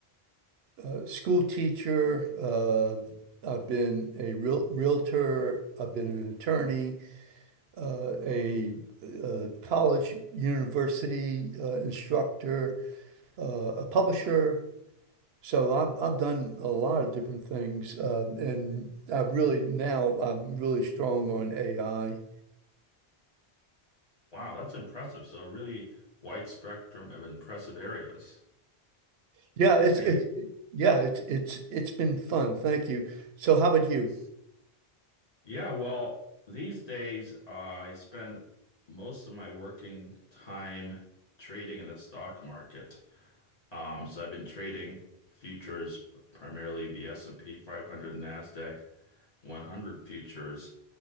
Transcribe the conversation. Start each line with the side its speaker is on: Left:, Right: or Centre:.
Right: uh, school teacher. Uh, I've been a real realtor. I've been an attorney, uh, a, uh college university uh, instructor, uh, a publisher. So I've I've done a lot of different things, uh, and I really now I'm really strong on AI.
Left: Wow, that's impressive. So, really wide spectrum of impressive areas.
Right: Yeah,
Left: Okay.
Right: it's it's it- yeah, it's it's it's been fun. Thank you. So how about you?
Left: Yeah, well, these days, uh, I spend most of my working time trading in the stock market. Um, so I've been trading futures, primarily the S&P 500 NASDAQ 100 futures.